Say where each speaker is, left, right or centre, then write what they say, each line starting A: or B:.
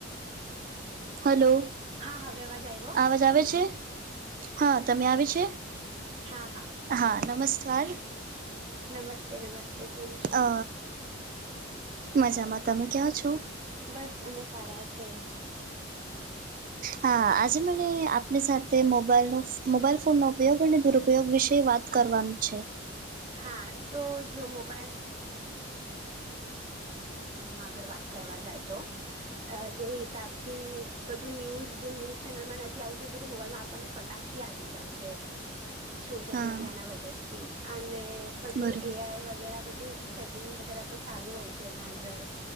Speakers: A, on the right; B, on the right.
A: hello.
B: હા હવે અવાજ આવ્યો?
A: આવાજ આવે છે? હા તમે આવે છે?
B: હા હા.
A: હા નમસ્કાર.
B: નમસ્તે નમસ્તે કેમ છો?
A: અ મજામાં. તમે ક્યા છો?
B: બસ અમે સારા છે.
A: હા આજે મને આપની સાથે મોબાઈલનો ફ મોબાઈલ ફોનનો ઉપયોગ અને દુરુપયોગ વિશે વાત કરવાનું છે.
B: હા તો જો મોબાઈલ એમ આગર વાત કરવા જાય તો જે હિસાબથી બધું ન્યૂઝ જે ન્યૂઝ ચેનલમાં નથી આવતું એ બધું મોબાઈલમાં આપણને ફટાક થી આવી જાય છે. સોશિયલ
A: હા
B: મીડિયાના વજસથી અને બધું
A: બરોબર
B: એઆઈ વગેરા બધું. સેટિંગ વગેરા પણ સારું હોય છે એના અંદર.